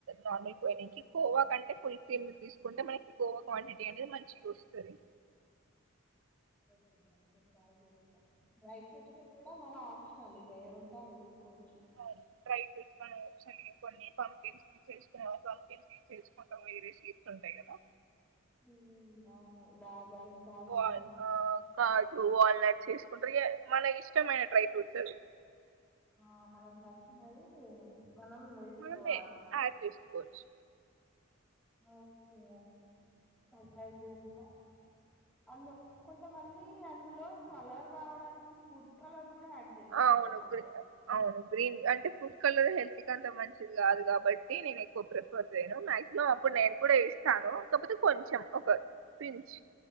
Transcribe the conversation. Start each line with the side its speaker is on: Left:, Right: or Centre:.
Right: నార్మల్ పొయనికి కోవా కంటే ఫుల్ సిమ్ తీసుకుంటే మనకి కోవా క్వాంటిటీ అనేది మంచిగా వస్తది
Centre: ఓకే నోకే టై చేస్తా డ్రై ఫ్రూట్స్ కూడా మన ఆప్షనల్ ఇగ ఏముంటే అవేసుకోవచ్చు
Right: అవును డ్రై ఫ్రూట్స్ మన ఆప్షనల్ ఇగ కొన్ని పంపించి చేసుకునేవాళ్ళు పంపించి చేసుకుంటాం వేరే షీట్స్ ఉంటాయి కదా
Centre: ఉం అవును బాదమ్ కాజు
Right: వా ఆ కాజు వాల్నట్ చేసుకుంటారు ఇగ మనకిష్టమైన డ్రై ఫ్రూట్స్ అవి
Centre: ఆ మనకు నచ్చినది మనం వేసుకోవాలి
Right: మనం యాడ్ చేసుకోవచ్చు
Centre: ఓకే ట్రై చేస్తా అన్ను కొంతమంది అన్ లో కలర్ రావడానికి ఫుడ్ కలర్ కూడా ఆడ్ చేస్తారు
Right: అవును
Centre: కదా
Right: అవును గ్రీన్ అంటే ఫుడ్ కలర్ హెల్త్ కి అంత మంచిది కాదు కాబట్టి నేను ఎక్కువ ప్రిఫర్ చేయను మాక్సిమం అప్పుడు నేను కూడా ఏసినాను కాకపోతే కొంచెం ఒక పించ్